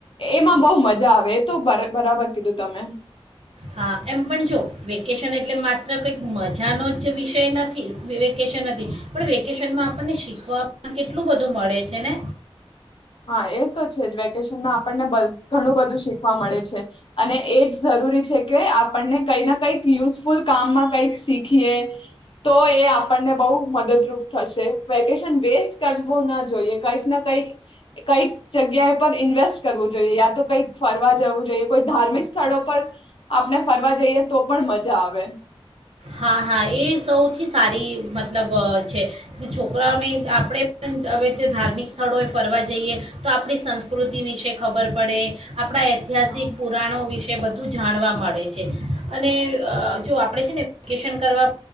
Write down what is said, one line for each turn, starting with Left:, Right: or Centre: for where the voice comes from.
Left: એમાં બહુ મજા આવે તો બરાબર કીધું તમે
Right: હા એમ પણ જો વેકેશન એટલે માત્ર કંઈક મજાનો જ વિષય નથી વેકેશન નથી પણ વેકેશનમાં આપણને શીખવા કેટલું બધું મળે છે ને
Left: હા એ તો છે જ વેકેશનમાં આપણને ઘણું બધું શીખવા મળે છે. અને એ જ જરૂરી છે કે આપ પણ. કઈ ના કઈક યુઝફુલ કામમાં કઈક શીખીએ તો એ આપણને બહુ મદદરૂપ થશે વેકેશન વેસ્ટ કરવો ના જોઈએ કઈક ના કઈક કઈક જગ્યાએ પર ઇન્વેસ્ટ કરવું જોઈએ યા તો કઈક. ફરવા જવું જોઈએ કોઈ ધાર્મિક સ્થળો પર આપણે ફરવા જઈએ તો પણ મજા આવે.
Right: હા હા એ સૌથી સારી મતલબ છે છોકરાઓને આપણે પણ હવે તે ધાર્મિક સ્થળોએ ફરવા જઈએ તો આપણી સંસ્કૃતિ વિશે ખબર પડે આપણા ઐતિહાસિક
Left: હા.
Right: પુરાણો વિશે બધું ું જાણવા મળે છે અને જો આપણે છે ને વેકેશન કરવા